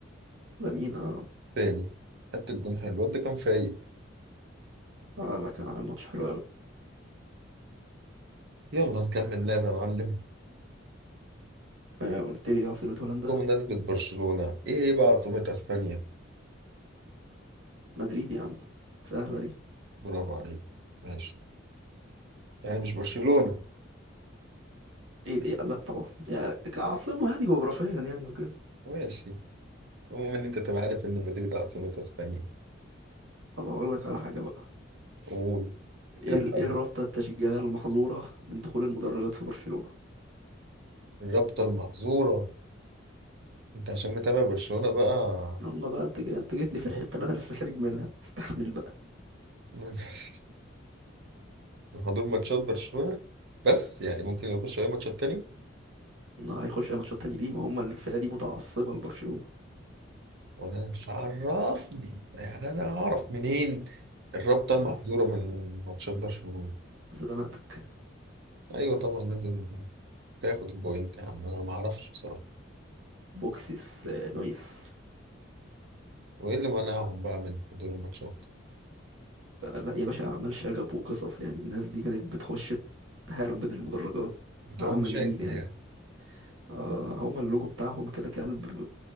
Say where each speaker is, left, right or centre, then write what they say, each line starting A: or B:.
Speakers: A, on the right; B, on the right.
A: لامين اه
B: التاني حتى الجون حلو الواد ده كان فايق
A: اه لا كان عامل ماتش حلو قوي
B: يلا نكمل لعب يا معلم
A: آه قلت لي عاصمه هولندا
B: بمناسبة برشلونة إيه إيه بقى عاصمة أسبانيا
A: مدريد يا عم سهله دي
B: برافو عليك ماشي يعني مش برشلونة
A: ايه ايه لا طبعا يعني كعاصمه يعني جغرافيا يعني وكده
B: ماشي المهم إن أنت تبقى عارف إن مدريد عاصمة أسبانيا
A: طب اقول لك على حاجه بقى
B: قول كده
A: ايه
B: بقى
A: ال- ايه الرابطه التشجيعيه المحظوره من دخول المدرجات في برشلونه
B: الرابطة المحظورة أنت عشان متابع برشلونة بقى
A: يلا بقى انت جاي انت جيت لي في
B: عرفت.
A: الحته اللي انا لسه خارج منها استحمل بقى.
B: <laughs> حضور ماتشات برشلونة بس يعني ممكن يخش أي ماتشات تاني
A: هيخش أي ماتشات تاني ليه ما هم الفئة دي متعصبة لبرشلونة
B: وأنا مش عرفني يعني أنا هعرف منين الرابطة المحظورة
A: بس
B: من ماتشات برشلونة
A: زنقتك
B: أيوة طبعا لازم تاخد البوينت يا عم أنا معرفش بصراحة
A: بوكسيس آه، نويس
B: وإيه اللي منعهم بقى من حضور الماتشات
A: آه، لا يا باشا أعمال شغب وقصص يعني الناس دي كانت بتخش تهربد المدرجات
B: بتوع
A: على مجانين
B: مشاكل
A: يعني
B: يعني
A: آه هما اللوجو بتاعهم كده كلب